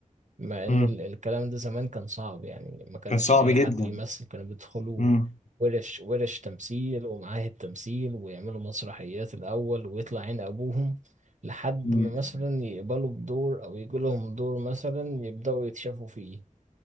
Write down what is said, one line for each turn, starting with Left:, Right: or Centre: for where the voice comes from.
Right: مع
Left: مم.
Right: ان ال- الكلام ده زمان كان صعب يعني ما كانش
Left: كان صعب
Right: اي
Left: جدا
Right: حد بيمثل كانوا بيدخلوا
Left: مم.
Right: ورش ورش تمثيل ومعاهد تمثيل ويعملوا مسرحيات الاول ويطلع عين ابوهم لحد
Left: مم.
Right: ما مثلا يقبلوا بدور او يجي لهم دور مثلا يبداوا يتشافوا فيه